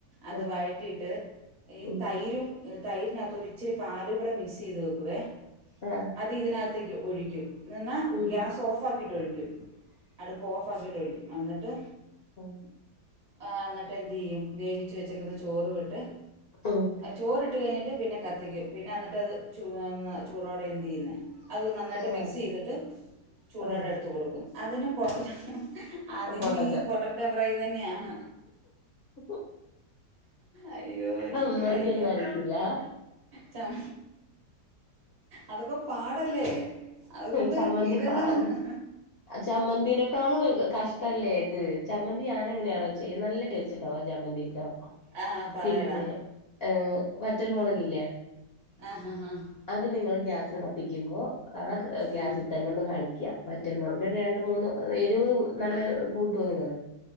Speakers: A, on the right; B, on the left.
A: അത്
B: ഉം
A: വഴറ്റിട്ട് ഈ
B: ഉം
A: തൈരും ഏഹ് തൈരിനകത്ത് ഇരിച്ചിരി പാലും കൂടെ മിക്സെയ്ത് വെക്കുവേ
B: ആഹ്.
A: അത് ഇതിനകത്തേക്ക് ഒഴിക്കും എന്നാ
B: ഉം
A: ഗ്യാസൊഫാക്കിട്ട് ഒഴിക്കും അടുപ്പോഫാക്കിട്ട് ഒഴിക്കും. എന്നട്ട്
B: ആഹ്
A: ആഹ് എന്നട്ട് എന്തെയ്യും വേവിച്ച് വെച്ചേക്കുന്ന ചോറും ഇട്ട്
B: ഉം
A: ചോറിട്ട് കഴിഞ്ഞ്ട്ട് പിന്നെ കത്തിക്കും പിന്നെ എന്നട്ടത് ചുവന്ന ചൂടോടെ എന്തെയ്യുന്നെ അത് നന്നായിട്ട്
B: ആഹ്
A: മിക്സെയ്തിട്ട് ചൂടോടെ
B: ആഹ്
A: എടുത്ത് കൊടു ക്കും. അതിനും പൊട്ട അതിനും
B: പോട്ടക്ക
A: ഈ പൊട്ടറ്റഫ്രൈയി തന്നെയാണ്.
B: <inaudible> <inaudible>
A: അയ്യോ എനിക്ക്
B: അമ്മന്തി
A: വയ്യ
B: ഒന്നും അരകൂല്ലാ
A: ചം അതൊക്കെ പാടല്ലേ അതുകൊണ്ട്
B: ചമ്മന്തി
A: ഇതല്ലേ
B: പാട്
A: നമ്മ
B: ചമ്മന്തിനെക്കാളും കഷ്ടല്ലേ ഇത് ചമ്മന്തി ഞാനെങ്ങനെയാണച്ച ചെയ നല്ല ടേസ്റ്റ് ഉണ്ടാവാ ജാമന്തീട്ടോ
A: ആ പറയടാ
B: പിന്നെ ഏഹ് വറ്റൽ മുളകില്ലേ
A: ആഹ് ആഹ് ആഹ്
B: അത് നിങ്ങൾ ഗ്യാസ് കത്തിക്കുമ്പോ ആ ഗ്യാസിൽ
A: ആ
B: തന്നെ ഒന്ന് കാണിക്കാ വറ്റൽ മൊളക് രണ്ട് മൂന്ന് എരിവ് നല്ല കൂട്ടുവോ നിങ്ങള്